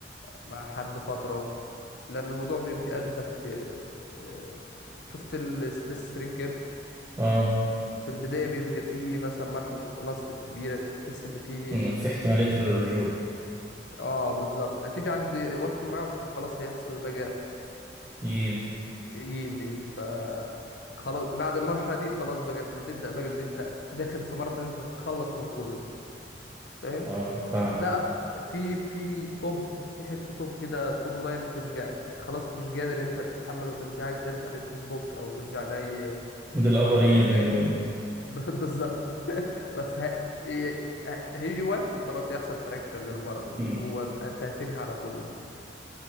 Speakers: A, on the left; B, on the right.
A: مع حد فترة لأن الموضوع بيبقى أشبه ب إيه، شفت الستريس سترين كيرف
B: اه
A: في البداية بيبقى فيه مثلا مرحلة إلاستيك كبيرة تح- تحس إن فيه
B: مم.
A: م...
B: في احتمالية
A: م-
B: للرجوع
A: آه بالظبط هتيجي عند وقت ما وخلاص هيحصل بقى
B: ييلد
A: ييلدنج ف خلاص بعد المرحلة دي خلاص بقى أنت هتبدأ بقى اللي أنت داخل في مرحلة أنت هتتخلص من كل ده فاهم
B: اه فاهمك
A: ده أكتر في في توب في حتة توب كده توب لاين هتبقى خلاص مش قادر انت تتحمل وتبقى عايز ترجع للفيسبوك او ترجع لأي
B: ده الابر
A: مرض
B: ييلدنج
A: إدماني
B: بقى
A: ب- بالظبط <laughs> بس ه... ي- ه- هيجي وقت وخلاص يحصل فراكشن للمرض ده
B: <laughs>
A: اللي هو انت هتنهي على كل ده